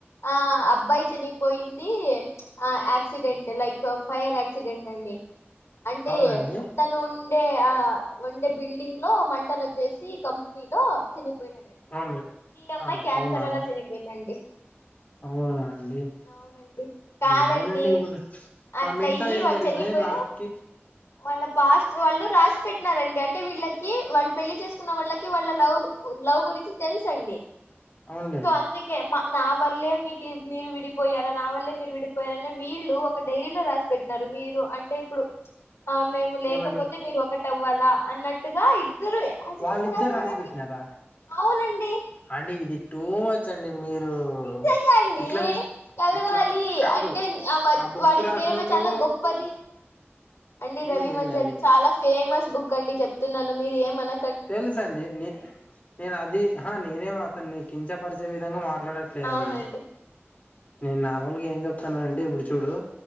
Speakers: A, on the left; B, on the left.
A: ఆ అబ్బాయి చనిపోయింది ప్చ్ ఆ యాక్సిడెంట్ లైక్ ఫైర్ యాక్సిడెంట్ అండి అంటే
B: అవునండి
A: తను ఉన్ డే ఆ వుండే బిల్డింగ్ లో మంటలు వచ్చేసి కంపెనీలో చనిపోయినాడండి
B: అవునండి
A: ఈ అమ్మాయి
B: ఆ
A: క్యాన్సర్
B: అవునా
A: వల్ల చనిపోయిందండి.
B: అవునా అండి
A: అవునండి కాదండి
B: ఏమోలేండి ఇప్పుడు
A: అట్ల
B: ఆ మిగతా
A: అయ్యి
B: ఏం
A: వాళ్ళు
B: జరిగింది
A: చనిపోయిన
B: లాస్ట్ కి
A: మన పాస్ట్ వాళ్ళు రాసి పెట్టినారండి అంటే వీళ్ళకి వాళ్ళు పెళ్లి చేసుకున్న వాళ్ళకి వాళ్ళ లవ్ లవ్ గురించి తెలుసు అండి
B: అవునులేండి
A: సో అందుకే మా నా వల్లే మీకు మీరు విడిపోయారా నా వల్లే మీరు విడిపోయారాని వీళ్ళు ఒక డైరీలో రాసి పెట్టినారు మీరు అంటే ఇప్పుడు ప్చ్ ఆ మేము లేకపోతే
B: ఏమని
A: మీరు ఒకట్ ఆ అన్నట్టుగా ఇద్ ఇద్దరే అస్
B: వాళ్ళిద్దరు
A: ఇట్ ఇస్ రాస్నారాండి
B: రాసి పెట్టినారా
A: అవునండి
B: అండి ఇది టూ మచ్ అండి మీరు
A: నిజంగా అండి
B: ఇట్లా విస్-
A: కలవాలి
B: ఇట్లా కాదు
A: అంటేనే
B: ఆ బుక్
A: వాడి
B: రాసినోళ్ళు
A: ప్రేమ చాలా గొప్పది అండి
B: లే
A: రవి
B: లేదండి
A: మంచి అది చాలా ఫేమస్ బుక్ అండి చెప్తున్నాను మీరు ఏమన
B: తెలుసండి నే నేను అది హా నేనేమో అతన్ని నీ కించ పరిచే విధంగా మాట్లాడట్లేదండి
A: అవునండి
B: నే నార్ల్ ఏం చెప్తున్నానంటే ఇప్పుడు చూడు